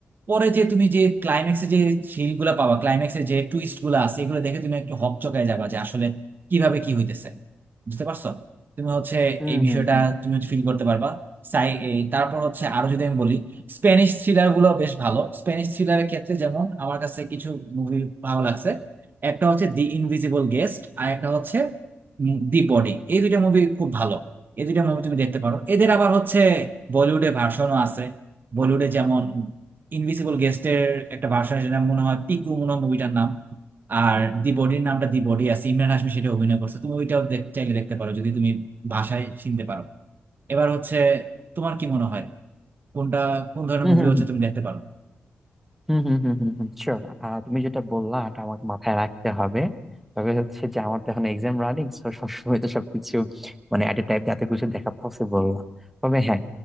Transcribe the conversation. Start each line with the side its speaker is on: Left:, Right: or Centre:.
Right: পরে যে তুমি যে ক্লাইম্যাক্সে যে সিলগুলা পাবা ক্লাইম্যাক্সে যে টুইস্ট গুলা আছে এগুলো দেখে তুমি একটু হকচকায় যাবা যে আসলে কিভাবে কি হইতেছে বুঝতে পারছো তুমি হচ্ছে
Centre: হুম
Right: এই বিষয়টা
Centre: হুম
Right: তুমি হচ্ছে ফিল করতে পারবা সাই এই তারপর হচ্ছে আরো যদি আমি বলি স্প্যানিশ থ্রিলার গুলো বেশ ভালো স্প্যানিশ থ্রিলারের ক্ষেত্রে যেমন আমার কাছে কিছু মুভি ভালো লাগছে একটা হচ্ছে দি ইনভিজিবল গেস্ট আর একটা হচ্ছে দি বডি এই দুইটা মুভি খুব ভালো এই দুইটা মুভি তুমি দেখতে পারো এদের আবার হচ্ছে বলিউডে ভার্সনও আছে বলিউডে যেমন ইনভিসিবল গেস্টের একটা ভার্সন আছে যেটা মনে হয় পিকু মনে হয় মুভিটার নাম আর দি বডির নামটা দি বডি আছে ইমরান হাশমি সেটা অভিনয় করছে তুমি ওইটাও দেখ- চাইলে দেখতে পারো যদি তুমি ভাষায় চিনতে পারো এবার হচ্ছে তোমার কি মনে হয় কোনটা কোন ধরনের
Centre: হুম
Right: মুভি হচ্ছে তুমি দেখতে পারো
Centre: হুম হুম হুম হুম হুম শিওর তুমি যেটা বললা এটা আমাকে মাথায় রাখতে হবে তবে হচ্ছে যে আমার তো এখন এক্সাম রানিং তো সবসময় তো সবকিছু মানে এট এ টাইম এত কিছু দেখা পসিবল না তবে হ্যাঁ